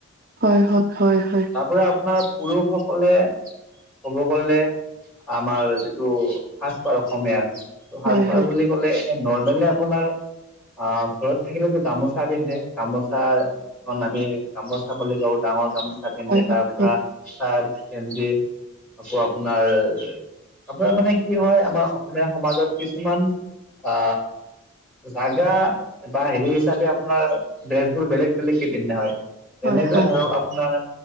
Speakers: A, on the right; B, in the centre.
A: হয় হয়। হয় হয়।
B: তাৰপৰা আপোনাৰ পুৰুষসকলে ক'ব গলে আমাৰ যিটো সাজপাৰ অসমীয়াৰ, ত' সাজপাৰ
A: হয়, হয়, হয়,
B: বুলি ক'লে নৰ্মেলি আপোনাৰ অ' ঘৰত থাকিলেতো গামোচা পিন্ধে। গামোচাখন আমি গামোচা বুলি কওঁ, ডাঙৰ গামোচা পিন্ধে
A: হয়, হয়,
B: তাৰপৰা
A: হয়, হয়, হয়, হয়।
B: চাৰ্ট, গেঞ্জী আকৌ আপোনাৰ, আপোনাৰ মানে কি হয় আমাৰ অসমীয়া সমাজত কিছুমান আ, জাগা বা হেৰি হিচাপে আপোনাৰ দেজ বোৰ বেলেগ বেলেগকে পিন্ধা হয়, যেনেকুৱা
A: হয়, হয়,
B: ধৰক আপোনাৰ